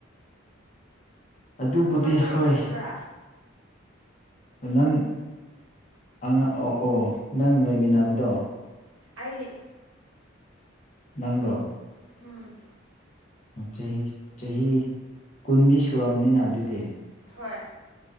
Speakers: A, on the left (about 35°); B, on the right (about 80°).
A: ꯑꯗꯨꯕꯨꯗꯤ
B: ꯑꯉꯥꯡꯅꯦ
A: ꯍꯣꯏ
B: ꯈꯪꯕ꯭ꯔꯥ
A: ꯅꯪ ꯑꯉꯥꯡ ꯑꯣ ꯑꯣ ꯅꯪ ꯂꯩꯃꯤꯟꯅꯕꯗꯣ
B: ꯑꯩ
A: ꯅꯪꯗꯣ
B: ꯍꯨꯝ
A: ꯆꯍꯤ ꯆꯍꯤ ꯀꯨꯟꯗꯤ ꯁꯨꯔꯝꯃꯅꯤꯅ ꯑꯗꯨꯗꯤ
B: ꯍꯣꯏ